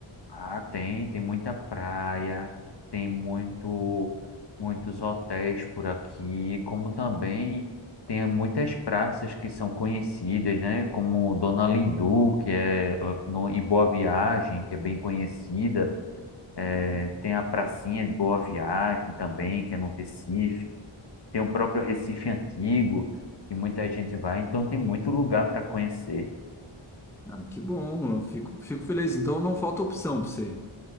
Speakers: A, on the left; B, in the centre.
A: Ah, tem, tem muita praia, tem muito, muitos hotéis por aqui, como também tem muitas praças que são conhecidas, né? Como Dona Lindu, que é eh, no, em Boa Viagem, que é bem conhecida. Eh, Tem a Pracinha de Boa Viagem também, que é no Recife. Tem o próprio Recife Antigo, que muita gente vai. Então tem muito lugar para conhecer.
B: Ah, que bom, eu fico, fico feliz. Então não falta opção para você.